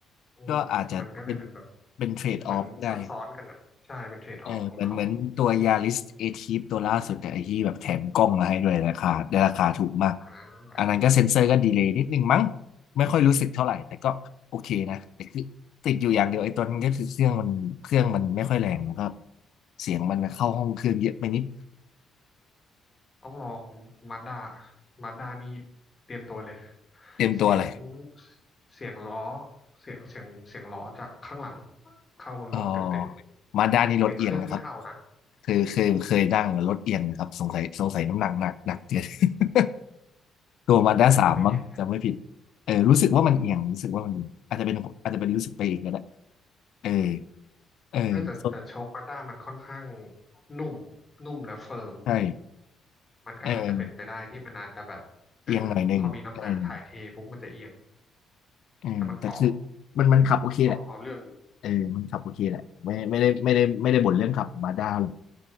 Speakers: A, on the left; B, on the left.
A: อืมมันก็เลยเป็นแบบ
B: ก็อาจจะเป็นเป็นเทรดออฟได้
A: เหมือนซ้อนๆกันอ่ะใช่ เป็นเทรดออฟของเขา
B: เออเหมือนเหมือนตัวยาริสเอทีฟตัวล่าสุดแต่ไอ้ที่แบบแถมกล้องมาให้ด้วยราคาได้ราคาถูกมาก
A: อ่า
B: อันนั้นก็เซ็นเซอร์ก็ดีเลย์นิดนึงมั้งไม่ค่อยรู้สึกเท่าไหร่แต่ก็โอเคนะแต่คือติดอยู่อย่างเดียวไอ้ตัวนั้นก็คือเครื่องมันเครื่องมันไม่ค่อยแรงแล้วก็เสียงมันเข้าห้องเครื่องเยอะไปนิด
A: ต้องลองมาด้ามาด้านี่เตรียมตัวเลย
B: เต็มตัวเลย
A: เสียงเสียงล้อเสียงเสียงเสียงล้อจากข้างหลังเข้ารถเต็ม
B: เออมาด้านนี้รถเอียงนะครับ
A: ๆ เสียงเครื่องไม่เข้านะ
B: เคยเคยเคยนั่งแล้วรถเอียงนะครับสงสัยสงสัยน้ำหนักหนักหนักเกิน ตัวมาด้าสามมั้งจำไม่ผิดเออรู้สึกว่ามันเอียงรู้สึกว่ามันเอียงอาจจะเป็นอาจจะเป็นรู้สึกไปเองก็ได้
A: เอออันนี้ไม่แน่
B: เออเออสด
A: เออแต่แต่โชคมาด้ามันค่อนข้างนุ่มนุ่มและเฟิร์ม
B: ใช่
A: มันก็อาจจะเป็นไปได้ที่มันอาจจะแบบเออพอมีน้ำหนักถ่ายเทปุ๊บมันจะเอียง
B: เออเอียงหน่อยหนึ่งเออเออแต่คือ
A: แต่มันเกาะ
B: มันมันขับโอเคแหละ
A: เกาะเอาเรื่องอยู่
B: เออมันขับโอเคแหละไม่ไม่ได้ไม่ได้ไม่ได้บ่นเรื่องขับมาด้าเลย